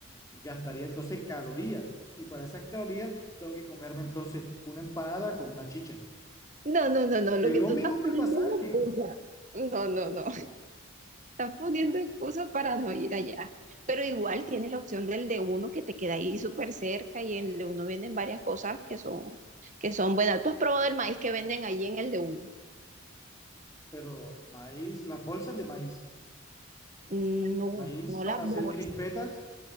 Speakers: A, on the left; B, on the right.
A: gastaría entonces calorías y para esas calorías tengo que comerme entonces una empanada con una chicha.
B: No, no, no, no, lo
A: Es
B: que
A: lo
B: tú
A: mismo
B: estás
A: que
B: poniendo
A: el pasaje,
B: es excusa. No, no, no. estás poniendo excusas para no ir allá. Pero igual tienes la opción del de uno que te queda ahí súper cerca y en el de uno venden varias cosas que son, que son buenas. ¿Tú has probado el maíz que venden ahí en el de uno?
A: pero maíz, las bolsas de maíz,
B: Mm, No,
A: maíz
B: no
A: para
B: las bolsas.
A: hacer crispetas,